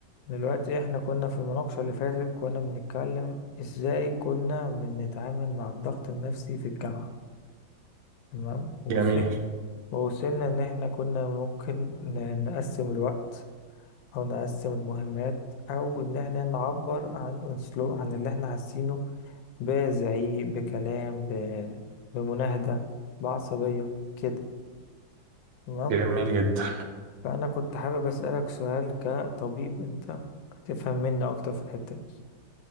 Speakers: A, on the left; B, on the right.
A: دلوقتي احنا كنا في المناقشة اللي فاتت كنا بنتكلم ازاي كنا بنتعامل مع الضغط النفسي في الجامعة تمام ووصل
B: جميل
A: ووصلنا ان احنا كنا ممكن ن- نقسم الوقت او نقسم المهمات او ان احنا نعبر عن اسلوب عن اللي احنا حاسينه بزعيق بكلام ب... بمناهدة بعصبية كده تمام
B: جميل جدا
A: فانا كنت حابب اسألك سؤال كطبيب انت تفهم مني اكتر في الحتة دي